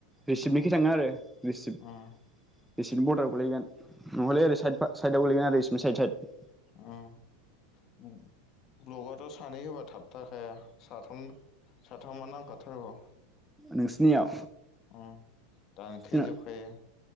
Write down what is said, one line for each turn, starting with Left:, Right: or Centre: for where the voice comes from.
Centre: रिसिप्टनिखि
Left: उम
Centre: थाङो आरो रिसिप्ट
Left: उम
Centre: रिसि बिनि बदाराव गोलै हैगोन नङालै ओरै साइथ फा साइथ <unintelligible>
Left: उम ब्लगआथ' सानै होबा थाबथाखाया साथाम साथामा नांखाथारगौ
Centre: नोंसिनियाव
Left: अ दानखे
Centre: जोंना
Left: जोबखायो